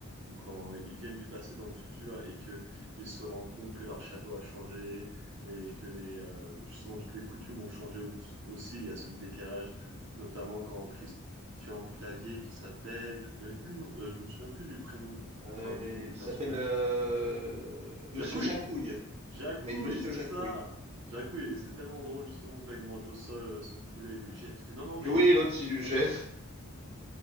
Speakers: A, on the right (about 55°); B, on the right (about 25°).
A: ou quand ils viennent du passé dans le futur et que ils se rendent compte que leur château a changé et que les, euh, justement toutes les coutumes ont changé au- aussi. Il y a ce décalage, notamment quand Christian Clavier, qui s'appelle, je connais plus le nom, euh, je me souviens plus du prénom,
B: Euh,
A: enfin, du nom du
B: il
A: personnage.
B: s'appelle euh,
A: Jacouille!
B: Monsieur Jacouille.
A: Jacouille,
B: Oui, Monsieur
A: c'est
B: Jacouille.
A: ça. Jacouille, et c'est tellement drôle justement quand il mange au sol euh, son poulet, il lui jette, il fait non, non, mais
B: Oui,
A: il est content.
B: l'autre, il lui jette.
A: de
B: <laughs>